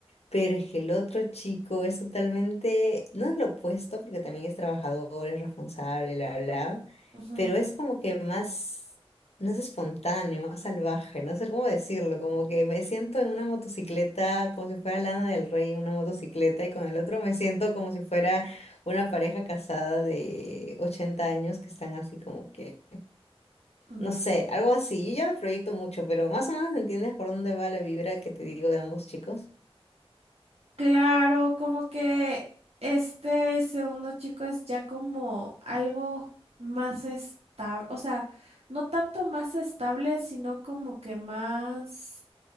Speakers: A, on the left (about 80°); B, on the right (about 75°).
A: Pero es que el otro chico es totalmente, no es lo opuesto, porque también es trabajador, es responsable, bla, bla,
B: ujú.
A: pero es como que más, no es espontáneo, más salvaje, no sé cómo decirlo, como que me siento en una motocicleta como si fuera Lana del Rey, en una motocicleta, y con el otro me siento como si fuera una pareja casada de 80 años que están así como que,
B: Mm,
A: no sé, algo así. Yo ya me proyecto mucho, pero más o menos entiendes por dónde va la vibra que te digo de ambos chicos.
B: Claro, como que este segundo chico es ya como algo más estable, o sea, no tanto más estable, sino como que más